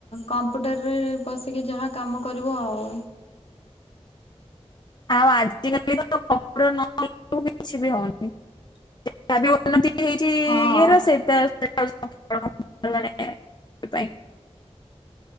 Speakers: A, on the left (about 55°); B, on the left (about 40°).
A: କମ୍ପ୍ୟୁଟରରେ ବସିକି ଯାହା କାମ କରିବ ଆଉ।
B: ଆଉ ଆଜିକାଲି ତ କମ୍ପୁଟର ନ କିଛି ବି ହଉନି। <unintelligible> ହେଇଚି
A: ହଁ।
B: ଇଏର ସେଇତା। <unintelligible> ପାଇଁ।